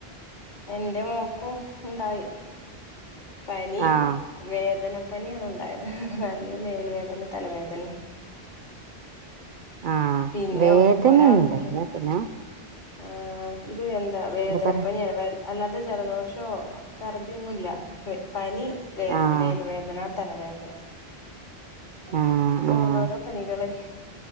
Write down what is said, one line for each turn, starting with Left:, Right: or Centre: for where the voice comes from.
Left: എന്റെ മോൾക്കും ഇണ്ടായി പനി
Right: ആഹ്
Left: വേദനപ്പനിയാണ് ഉണ്ടായത്. നല്ല മേല് വേദന തലവേദനിം
Right: ആഹ്
Left: പിന്നെ
Right: വേദനയൊന്നും
Left: ഒരാൾക്ക്
Right: ഉണ്ടായില്ല പിന്നെ
Left: ആഹ് ഇത് വെന്താ വേദനപ്പനിയാണ്
Right: എന്താ പറയാ
Left: വെ അല്ലാതെ ജലദോഷോ ചർദി ഒന്നുല്ല പനി വേദനമേല്
Right: ആഹ്
Left: വേദന തലവേദന
Right: ആഹ്
Left: ഓരോരോ
Right: ആഹ്
Left: പനികളെ